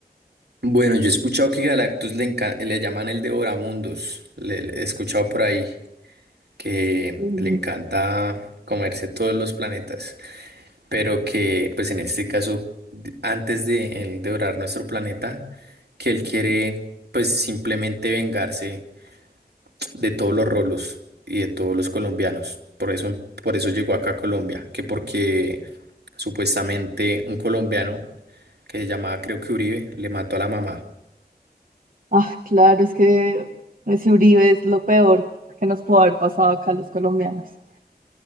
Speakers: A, on the right; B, on the right.
A: Bueno, yo he escuchado que Galactus le, enca- le llaman el Devoramundos. Le, le he escuchado por ahí que
B: Mm,
A: le encanta comerse todos los planetas. pero que pues en este caso, d- antes de él devorar nuestro planeta, que él quiere pues simplemente vengarse de todos los rolos y de todos los colombianos. Por eso, por eso llegó acá a Colombia, que porque supuestamente un colombiano que se llamaba creo que Uribe le mató a la mamá.
B: Ah, claro, es que ese Uribe es lo peor que nos pudo haber pasado acá a los colombianos.